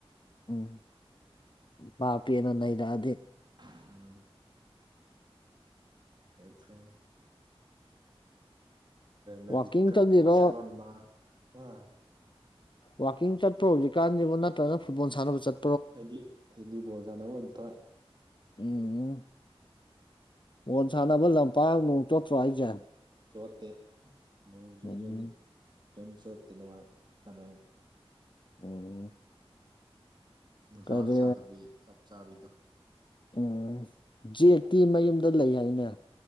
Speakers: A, on the left (about 50°); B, on the right (about 45°).
A: ꯎꯝ ꯃꯥ ꯄꯦꯅ ꯅꯩꯅꯔꯛꯑꯗꯤ
B: ꯎꯝ ꯐ꯭ꯔꯦꯟꯁ ꯃꯦꯗꯤꯀꯥ
A: ꯋꯥꯛꯀꯤꯡ ꯆꯠꯂꯤꯔꯣ
B: ꯕꯁꯁꯦꯂꯣꯅꯥ ꯍꯥ
A: ꯋꯥꯛꯀꯤꯡ ꯆꯠꯄ꯭ꯔꯣ ꯍꯧꯖꯤꯛꯀꯥꯟꯁꯤꯕꯨ ꯅꯠꯇ꯭ꯔꯒ ꯐꯨꯠꯕꯣꯜ ꯁꯥꯟꯅꯕ ꯆꯠ
B: ꯑꯩꯗꯤ ꯑꯩꯗꯤ ꯕꯣꯜ ꯁꯥꯟꯅꯕ ꯑꯣꯢꯅ ꯊꯣꯛꯑꯦ
A: ꯎꯝ ꯎꯝ ꯃꯣꯟ ꯁꯥꯟꯅꯕ ꯂꯝꯄꯥꯛ ꯅꯣꯡ ꯆꯣꯠꯇ꯭ꯕꯣ ꯑꯩꯖꯦ
B: ꯆꯣꯠꯇꯦ ꯅꯣꯡꯖꯨꯁꯨ
A: ꯎꯝ
B: ꯑꯗꯨꯝ ꯀꯔꯤꯝ ꯆꯣꯠꯇꯦ ꯅꯨꯡꯉꯥꯏ ꯁꯥꯟꯅꯕ
A: ꯎꯝ
B: ꯅꯨꯡꯁꯥꯁꯨ
A: ꯀꯔꯤ
B: ꯁꯥꯗꯕꯤ ꯆꯞ ꯆꯥꯕꯤꯗꯣ
A: ꯎꯝ ꯖꯦꯛꯇꯤ ꯃꯌꯨꯝꯗ ꯂꯩ ꯍꯥꯏꯅꯦ